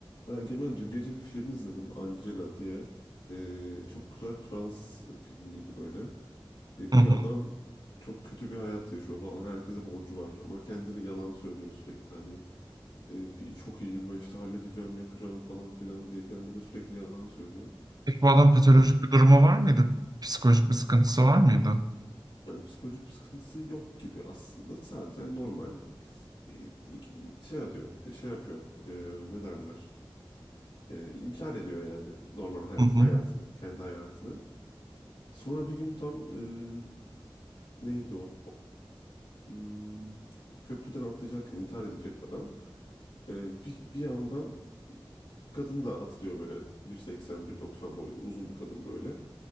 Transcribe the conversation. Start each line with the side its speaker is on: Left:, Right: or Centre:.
Left: Ya Egemen dün gece bir film izledim Angela diye. Ee, çok güzel Fransız filmiydi böyle. Ee,
Right: Hı
Left: bir
Right: hı.
Left: adam çok kötü bir hayat yaşıyor falan. Herkese borcu var ama kendini yalan söylüyor sürekli. Hani e, çok iyiyim ben işte halledeceğim yapacağım falan filan diye kendini sürekli yalan söylüyor.
Right: Peki bu adam patolojik
Left: Tam
Right: bir durumu var mıydı? Psikolojik bir sıkıntısı var mıydı?
Left: yani psikolojik bir sıkıntısı yok gibi aslında. Sadece normal e, ik- şey yapıyor, e, şey yapıyor. E, ne derler? E, inkar ediyor yani normal hayat-
Right: Hı hı.
Left: hayatını, kendi hayatını. Sonra bir gün tam e, neydi o? Hmm, köprüden atlayacakken intihar edecek adam. E, bir, bir yandan kadın da atlıyor böyle bir seksen bir 190 boyunda uzun bir kadın böyle.